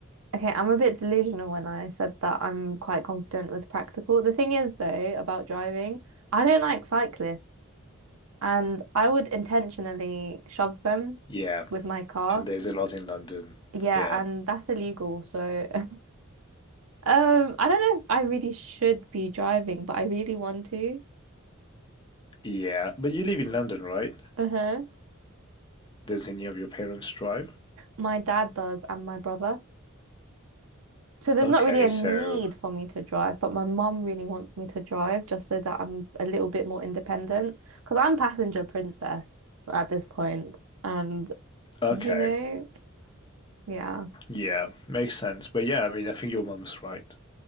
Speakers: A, on the right (about 80°); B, on the left (about 20°).
A: Okay, I'm a bit delusional when I said that I'm quite confident with practical. The thing is, though, about driving, I don't like cyclists. and I would intentionally shove them
B: Yeah,
A: with my car.
B: and there's a lot in London.
A: Yeah,
B: Yeah,
A: and that's illegal. So, <laughs> um, I don't know if I really should be driving, but I really want to.
B: yeah. But you live in London, right?
A: Uh-huh.
B: Does any of your parents drive?
A: My dad does, and my brother. So there's
B: Okay,
A: not really a need
B: so
A: for me to drive, but my mum really wants me to drive just so that I'm a little bit more independent. Because I'm passenger princess at this point, and
B: okay,
A: you know, yeah.
B: yeah, makes sense. But yeah, I mean, I think your mum's right.